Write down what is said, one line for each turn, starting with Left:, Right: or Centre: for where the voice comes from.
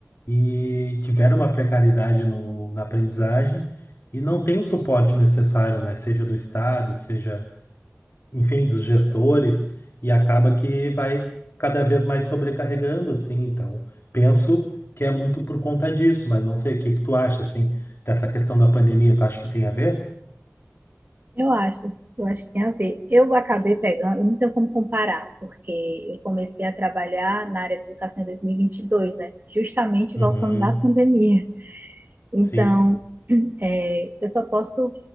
Left: e tiveram uma precariedade no, na aprendizagem e não tem o suporte necessário, né? Seja do Estado, seja enfim, dos gestores, e acaba que vai cada vez mais sobrecarregando, assim. Então, penso que é muito por conta disso, mas não sei, o que que tu acha, assim, dessa questão da pandemia? Tu acha que tem a ver?
Right: Eu acho, eu acho que tem a ver. Eu acabei pegando, eu não tenho como comparar, porque eu comecei a trabalhar na área de educação em 2022, né? Justamente
Left: Uhum,
Right: voltando da pandemia. Então,
Left: sim,
Right: é, eu só posso